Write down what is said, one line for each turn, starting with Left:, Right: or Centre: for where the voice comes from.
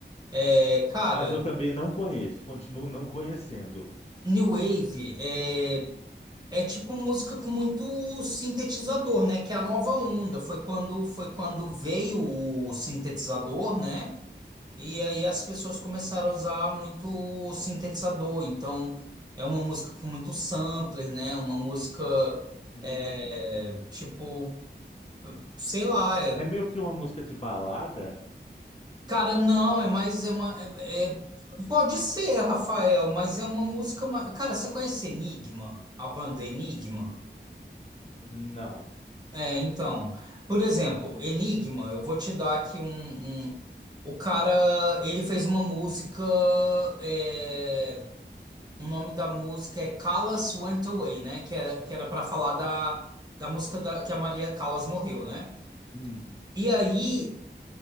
Right: É, cara,
Left: Mas eu também não conheço, continuo não conhecendo.
Right: New Wave é. É tipo música com muito sintetizador, né? Que é a nova onda. Foi quando foi quando veio o sintetizador, né? E aí as pessoas começaram a usar muito sintetizador, então é uma música com muito sampler, né? Uma música
Left: Hum,
Right: é, tipo, sei lá, é-
Left: é meio que uma música de balada?
Right: cara, não, é mais é uma é- é- pode ser, Rafael, mas é uma música, ma- cara, você conhece Enigma, a banda Enigma?
Left: Não.
Right: É, então, por exemplo, Enigma, eu vou te dar aqui um, um- o cara, ele fez uma música é, O nome da música é Callas Went Away, né? Que era que era para falar da, da música da, que a Maria Callas morreu, né?
Left: Hum,
Right: E aí